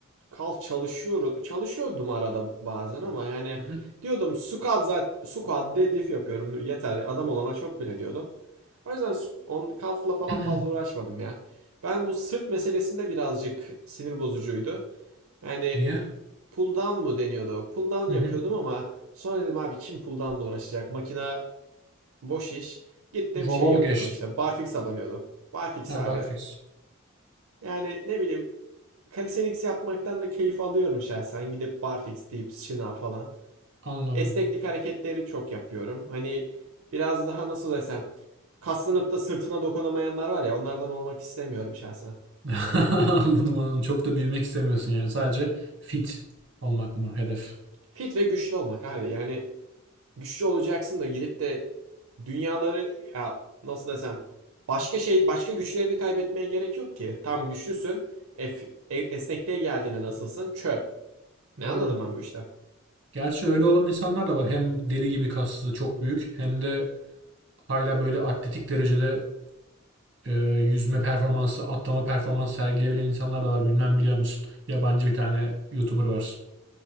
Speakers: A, on the right; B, on the right.
A: Kal çalışıyorum. Çalışıyordum arada bazen ama yani
B: Hı hı.
A: diyordum squat zaten squat deadlift yapıyorum yeter adam olana çok bile diyordum. O yüzden su- on, kalfla falan
B: <clears throat>
A: fazla uğraşmadım ya. Ben bu sırt meselesinde birazcık sinir bozucuydu. Yani
B: Niye?
A: pull down mu deniyordu? Pull down
B: Hı hı.
A: yapıyordum ama sonra dedim abi kim pull down'la uğraşacak? Makina boş iş. Gittim
B: Rob'a
A: şey
B: mı
A: yapıyordum
B: geçtin?
A: işte barfix'e banıyordum. Barfix
B: Ha
A: abi.
B: barfix.
A: Yani ne bileyim Calisthenics yapmaktan da keyif alıyorum şahsen. Gidip barfix deyip şınav falan.
B: Anladım.
A: Esneklik hareketleri çok yapıyorum. Hani biraz daha nasıl desem kaslanıp da sırtına dokunamayanlar var ya onlardan olmak istemiyorum şahsen.
B: <laughs> Anladım anladım. Çok da büyümek istemiyorsun yani. Sadece fit olmak mı hedef?
A: Fit ve güçlü olmak abi. Yani güçlü olacaksın da gidip de dünyaları ya nasıl desem başka şey başka güçlerini kaybetmeye gerek yok ki. Tam güçlüsün. E, f- e- esnekliğe geldiğinde nasılsın? Çöp. Ne
B: Doğru.
A: anladım ben bu işten?
B: Gerçi öyle olan insanlar da var. Hem deli gibi kaslı çok büyük hem de hala böyle atletik derecede e, yüzme performansı, atlama performansı sergileyebilen insanlar da var. Bilmem biliyor musun? Yabancı bir tane YouTuber var.